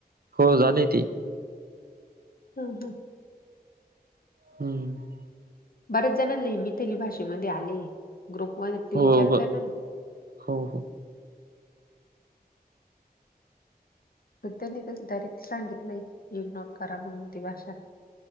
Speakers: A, on the right; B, on the left.
A: हो झाले ते
B: हं हं.
A: <unintelligible> <inaudible>
B: बऱ्याच जणांना मिथीली भाषेमध्ये आले ग्रुप वनी
A: हो
B: विचारत
A: ब
B: ना-
A: हो हो
B: पग त्यांनी ते डायरेक्ट सांगितलंय इग्नोर करा म्हणून ती भाषा